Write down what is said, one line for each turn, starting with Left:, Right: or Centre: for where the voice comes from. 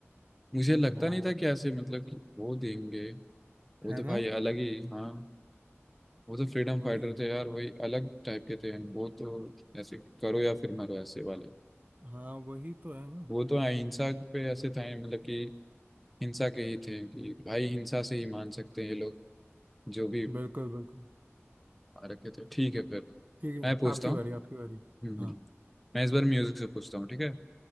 Centre: मुझे लगता
Right: हाँ
Centre: नहीं था कि ऐसे मतलब कि वो देंगे वो
Right: है
Centre: तो भाई
Right: ना
Centre: अलग ही हाँ वो तो फ्रीडम
Right: वही
Centre: फाइटर थे यार वही अलग टाइप के थे वो तो ऐसे करो या फिर मरो ऐसे वाले
Right: हाँ वही तो है ना
Centre: वो तो अहिंसा पे ऐसे थे मतलब कि हिंसा के ही थे कि भाई हिंसा से ही मान सकते हैं ये लोग जो भी
Right: बिल्कुल बिल्कुल
Centre: आ रखे थे ठीक है फिर
Right: ठीक है
Centre: मैं पूछता
Right: आपकी
Centre: हूँ
Right: बारी आपकी बारी
Centre: हम्म,
Right: हाँ
Centre: मैं इस बार म्यूजिक से पूछता हूँ ठीक है